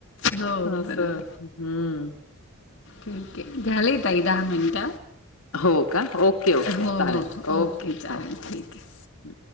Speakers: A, on the left; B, on the left.
A: हो
B: असं
A: बरोबर
B: हम्म.
A: ठीक आहे, झाले ताई दहा मिनट.
B: हो का? Okay, okay.
A: हो हो
B: चालेल.
A: ओके चालेल
B: हो, हो.
A: ठीक. आहे
B: हं.